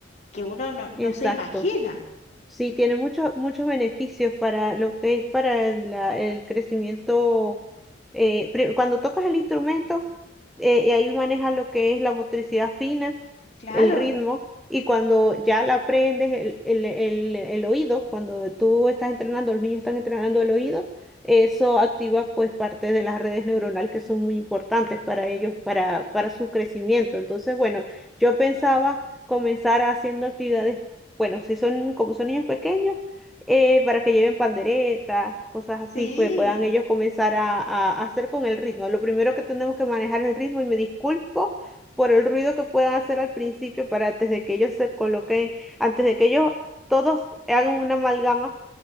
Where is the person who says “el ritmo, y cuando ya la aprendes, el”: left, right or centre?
Centre